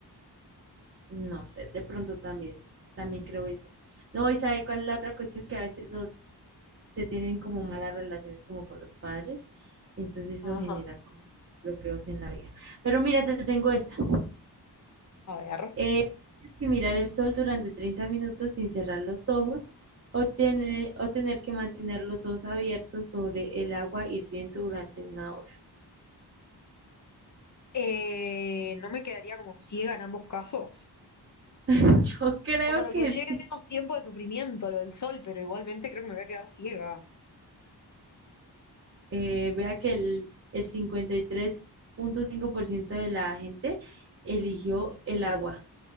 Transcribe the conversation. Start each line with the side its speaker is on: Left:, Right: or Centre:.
Right: No sé, de pronto también, también creo eso. No, ¿y sabe cuál es la otra cuestión? Que a veces los se tienen como malas relaciones como con los padres, entonces eso
Left: Ajá.
Right: genera como bloqueos en la vida. Pero mira, te tengo esta.
Left: A ver.
Right: Eh, tienes que mirar el sol durante 30 minutos sin cerrar los ojos o tener, o tener que mantener los ojos abiertos sobre el agua hirviendo durante una hora.
Left: Eh, no me quedaría como ciega en ambos casos.
Right: <laughs> Yo creo
Left: O sea, lo
Right: que
Left: que lleve
Right: sí.
Left: menos tiempo de sufrimiento, lo del sol, pero igualmente creo que me voy a quedar ciega.
Right: eh, vea que el, el cincuenta y tres punto cinco por ciento de la gente eligió el agua,